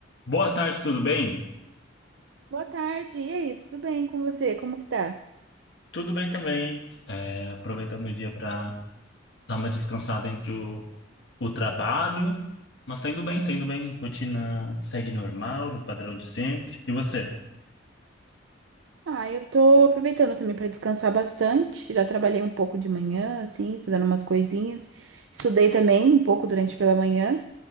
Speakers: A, on the left; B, on the right.
A: Boa tarde, tudo bem?
B: Boa tarde, e aí, tudo bem com você? Como que tá?
A: Tudo bem também. É, aproveitando o dia para dar uma descansada entre o, o trabalho, mas tá indo bem, tá indo bem. Rotina segue normal, no padrão de sempre. E você?
B: Ah, eu tô aproveitando também para descansar bastante. Já trabalhei um pouco de manhã, assim, fazendo umas coisinhas. Estudei também um pouco durante pela manhã.